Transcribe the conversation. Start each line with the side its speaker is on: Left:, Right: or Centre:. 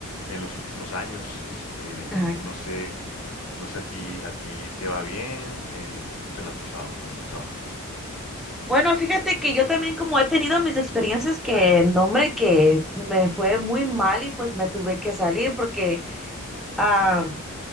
Left: en los últimos años, este,
Centre: ajá.
Left: no sé. No sé, ¿a ti, a ti te va bien? Eh, ¿cómo te la has pasado con el trabajo?
Centre: Bueno, fíjate que yo también como he tenido mis experiencias que, no, hombre, que me fue muy mal y pues me tuve que salir porque, ah,